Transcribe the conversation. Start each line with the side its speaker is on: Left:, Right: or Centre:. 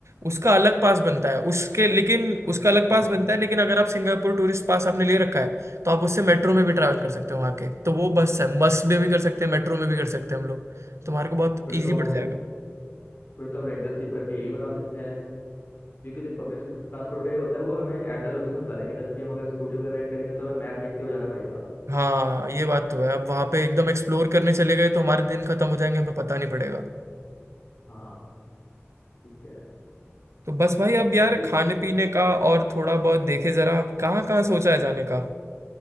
Right: उसका अलग पास बनता है उसके लेकिन
Left: अच्छा
Right: उसका अलग पास बनता है लेकिन अगर आप सिंगापुर टूरिस्ट पास आपने ले रखा है तो आप उससे मेट्रो में भी ट्रैवल कर सकते हो वहाँ के तो वो बस है बस में भी कर सकते हैं मेट्रो में भी कर सकते हैं हम लोग तुम्हारे को बहुत
Left: फिर
Right: ईजी
Left: तो
Right: पड़ जाएगा
Left: फिर तो हम रेंटल स्किप करके यही बनवा सकते हैं क्योंकि देख पब्लिक ट्रांसपोर्ट का ही होता है वो हमें एट द लोकेशन उतारेंगे जबकि हम अगर स्कूटी वगैरह रेंट करेंगे तो हमें मैप देखते हुए जाना पड़ेगा
Right: हाँ ये बात तो है अब वहाँ पे एकदम एक्सप्लोर करने चले गए तो हमारे दिन खत्म हो जाएंगे हमें पता नहीं पड़ेगा
Left: हाँ ठीक है
Right: तो बस भाई अब
Left: बाकी
Right: यार खाने पीने का और थोड़ा बहुत देखे जरा कहाँ कहाँ सोचा है जाने का